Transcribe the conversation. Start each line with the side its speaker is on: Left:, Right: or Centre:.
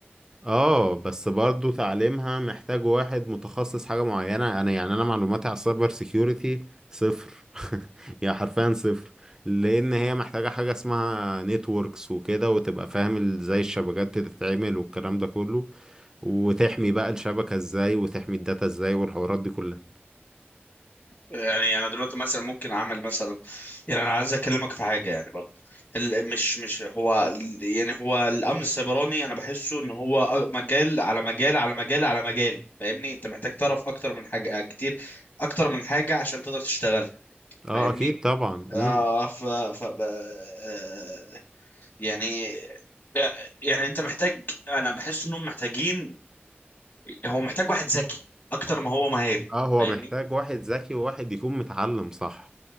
Right: اه بس برضو تعليمها محتاج واحد متخصص حاجة معينة انا يعني انا معلوماتي على السايبر سيكيورتي صفر <laughs> يعني حرفيا صفر لان هي محتاجة حاجة اسمها نتوركس وكده وتبقى فاهم ال- ازاي الشبكات بتتعمل والكلام ده كله وتحمي بقى الشبكة ازاي وتحمي الداتا ازاي والحوارات دي كلها
Left: يعني انا دلوقتي مثلا ممكن اعمل مثلا يعني انا عايز اكلمك في حاجه يعني برضه ال- مش مش هو ال- يعني هو الامن السيبراني انا بحسه ان هو أ- مجال على مجال على مجال على مجال فاهمني انت محتاج تعرف اكتر من حاجه كتير اكتر من حاجه عشان تقدر تشتغلها
Right: اه
Left: فاهمني
Right: اكيد طبعا
Left: آه
Right: امم
Left: ف ف ب- آه، يعني يعني انت محتاج انا بحس انهم محتاجين هو محتاج واحد ذكي اكتر ما هو مهاري
Right: اه هو
Left: فاهمني
Right: محتاج واحد ذكي وواحد يكون متعلم صح